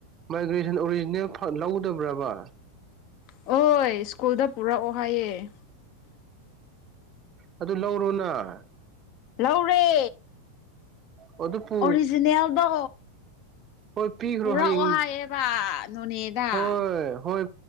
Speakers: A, on the right; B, on the left.
A: ꯃꯥꯏꯒ꯭ꯔꯦꯁꯟ ꯑꯣꯔꯤꯖꯤꯅꯦꯜ ꯂꯧꯗꯕ꯭ꯔꯕ
B: ꯍꯣꯏ ꯁ꯭ꯀꯨꯜꯗ ꯄꯨꯔꯛꯑꯣ ꯍꯥꯏꯌꯦ
A: ꯑꯗꯨ ꯂꯧꯔꯣꯅ
B: ꯂꯧꯔꯦ
A: ꯑꯗꯨ ꯄꯨ
B: ꯑꯣꯔꯤꯖꯤꯅꯦꯜꯗꯣ
A: ꯍꯣꯏ ꯄꯤꯈ꯭ꯔꯣ
B: ꯄꯨꯔꯥ
A: ꯍꯌꯦꯡ
B: ꯑꯣ ꯍꯥꯏꯌꯦꯕ ꯅꯣꯅꯦꯗ
A: ꯍꯣꯏ ꯍꯣꯏ